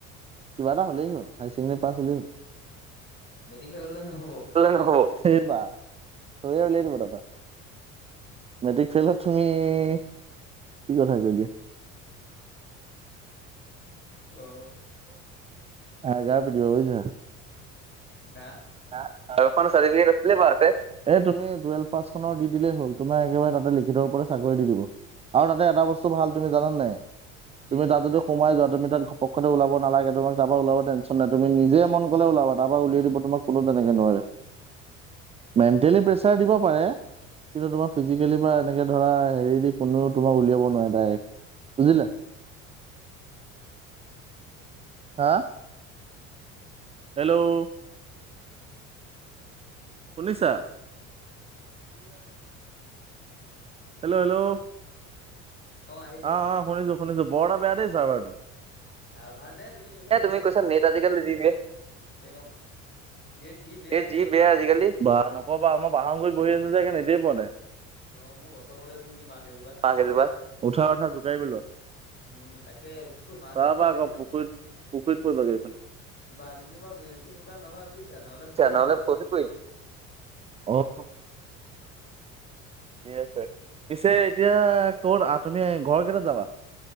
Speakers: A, on the right (about 15°); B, on the left (about 25°).
A: কিবা এটা হ'লেই হ'ল, হাইয়াৰ ছেকেণ্ডৰী পাছ হ'লেই হ'ল।
B: মেট্ৰিক ফেল হ'লে নহ'ব?
A: নহব এইব চৰিয় উলিয়াই দিব তাৰপৰা মেট্ৰিক ফেইলত তুমি কি কথা কৈ দিয়া
B: অ',
A: আহ গা পিটিব বুজিছা
B: ন
A: <unintelligible> <unintelligible> বাৰতে এই তুমি টুৱেল্ভ পাছখনৰ দি দিলেই হ'ল তোমাৰ একেবাৰে তাতে লিখিতৰ ওপতে চাকৰি দি দিব। আৰু তাচে এটা বস্তু ভাল তুমি জানান নে
B: কি
A: তুমি
B: ভাল
A: তাত
B: বা
A: যদি সোমাই যোৱা তম তাত পক্ষ ও নালাগে তম তাৰ ওাব টন নাই তুম নিজে মন'লে ওলাব তাৰ পৰা উলিয়াই দিব তোমাক কোনো তেনেকে নোৱাৰে মেণ্টেলি প্ৰেচাৰ দিব পাৰে কিন্তু তোমাৰ ফিজিকেলি বা এনেকে ধৰা হেৰি দি কোনেও তোমাক উলিয়াব নোৱাৰে ডাইৰেক্ট বুজিলে হা হেল্ল' শুনিছা হেল্ল' হেল্ল'
B: অ', আহ
A: অ', শুনিছো, শুনিছো, বৰ এটা বেয়া দেই চাৰ্ভাৰটো
B: চাৰ্ভাৰ নে তুমি কৈছা
A: এ
B: নেট
A: তুমি
B: আজিকালি
A: কৈছা, নেট আজিকালি
B: বেয়া
A: যি
B: এই মই নেট যি বেয়া
A: এ
B: আজিকালি
A: যি বেয়া আজিকালি বা নকবা মই বাহৰ গুৰিত বহি আছো যে নেতে পোৱা নাই
B: অ', মই গছৰতে উঠো নেকি বাঁহ কেইজোপা
A: কেইজোপা উঠা উঠা জোকাৰি পেলোৱা
B: উম তাকে থু বাঁহ
A: তাৰপৰা,
B: কেইজোপা বেছি
A: আকৌ পুখুৰীত পুখুৰীত পৰিব গে এফালে
B: বাহ কেজোপা বেছি মুটা নহয় বুজিছা নহ'লে পৰি
A: নহলে
B: পৰিম
A: খহি পৰী আহ ঠিক আছে পিছে
B: এ
A: এতিয়া কত আহ তুমি ঘৰ কেইটাত যাবা